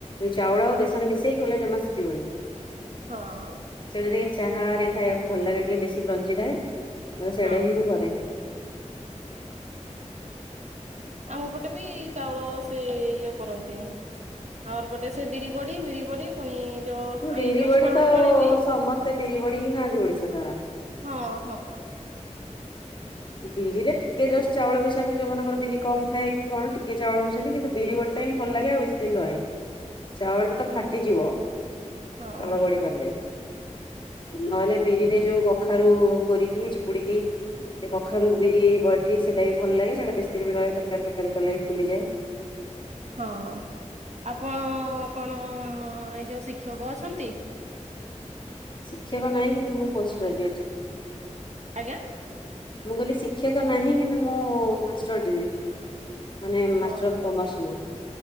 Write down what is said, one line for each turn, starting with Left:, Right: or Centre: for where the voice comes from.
Left: ଏ ଚାଉଳ ଆଉ ବେସନ ମିଶେଇକି କଲେ ଜମା ସିପିବନି।
Right: ହଁ।
Left: ସେଇଟା ଟିକେ ଚାହା ରେ ଖାଇବାକୁ ଭଲ ଲାଗେ, ଟିକେ ବେଶୀ ବଞ୍ଚିଥାଏ ମତେ ସେଇଟା
Right: ହଁ
Left: ହିଁ ମୁଁ କରେ।
Right: ଆମ ପଟେ ବି ଚାଉଳ ସେ ଇଏ କରନ୍ତିନି। ଆଉର୍ ପଟେ ସେ ବିରି ବଡି ବିରି ବଡି। ପୁଣି ଯୋଉ
Left: ବିରି
Right: ଆଇ ଯୋଉ
Left: ବଡି
Right: ଛଣା
Left: ତ
Right: ଛୁଆଣ ବି।
Left: ସମସ୍ତେ ବିରି ବଡି ହିଁ ଖାଆନ୍ତି ଓଡିଶା ସାରା।
Right: ହଁ ହଁ।
Left: ବିରିରେ ଟିକେ ଜଷ୍ଟ ଚାଉଳ ମିଶାନ୍ତି ଯୋଉମାନଙ୍କର ବିରି କମ୍ ଥାଏ କି କଣ ଟିକେ ଚାଉଳ ମିଶାନ୍ତି, କିନ୍ତୁ ବିରି ବଡି ହି ଭଲ ଲାଗେ ଆ ବେଶ ଦିନ ରହେ।
Right: ହଁ।
Left: ଚାଉଳ ଟା ତ ଫାଟିଯିବ
Right: ହଁ
Left: ଚାଉଳ ବଡି ଲେ ନହେଲେ ବିରିରେ ଯୋଉ କଖାରୁ କୋରିକି ଚିପୁଡିକି ସେ କଖାରୁ ବିରି ବରି ସେଟା ବି ଭଲ ଲାଗେ ସେଇଟା ବେଶୀ ଦିନ ବି ରହେ ତରକାର ତରକାରୀ କଲେ ଫୁଲିଯାଏ।
Right: ହଁ ଆପଣ କଣ ଏଇ ଯୋଉ ଶିକ୍ଷକ ଅଛନ୍ତି?
Left: ଶିକ୍ଷକ ନାହିଁ କିନ୍ତୁ ମୁଁ ପୋଷ୍ଟ ଗ୍ରାଜୁଏଟ୍।
Right: ଆଜ୍ଞା।
Left: ମୁଁ କହିଲି ଶିକ୍ଷକ ନାହିଁ କିନ୍ତୁ ମୁଁ ମାଷ୍ଟର <unintelligible> ମାନେ
Right: ହଁ
Left: ମାଷ୍ଟର
Right: ସାର୍
Left: କମର୍ସ ମୁ